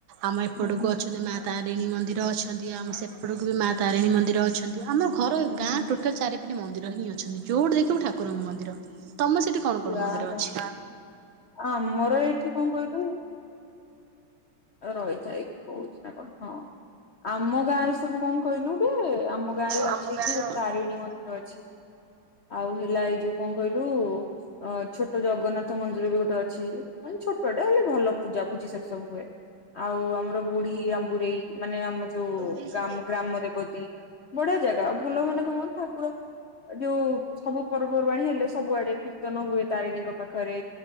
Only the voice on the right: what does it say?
ଆମ ଏପଡ଼କୁ
ଅଛନ୍ତି ମା ତା ରିଣୀ ମନ୍ଦିର ଅଛନ୍ତି। ଆମ ସେପଟକୁ ବି ମା ତାରିଣୀ ମନ୍ଦିର ଅଛନ୍ତି। ଆମ ଘର
ଗାଁ ଟୋଟାଲ ଚାରି ହେଠି ମନ୍ଦିର ହିଁ ଅଛନ୍ତି ଯୋଉଠି ଦେଖିବ ଠାକୁରଙ୍କ ମନ୍ଦିର। ତମ ସେଠି କଣ କଣ
ମନ୍ଦିର
ଅଛି?
ଆମ
ଗାଁରେ
ଅଛି